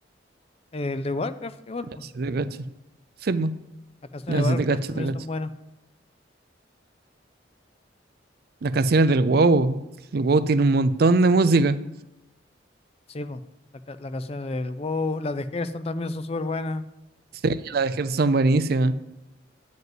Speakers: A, on the left; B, on the right.
A: El de Warcraft igual, pues.
B: así te cacho. Sí, po.
A: Las canciones
B: Ya,
A: de
B: sí
A: Warcraft
B: te cacho,
A: también
B: te cacho.
A: son buenas.
B: Las canciones del WoW. El WoW tiene un montón de música.
A: Sí, pues. La, ca- la canción del WoW. Las de Hearthstone también son súper buenas.
B: Sí, las de Hearthstone son buenísimas.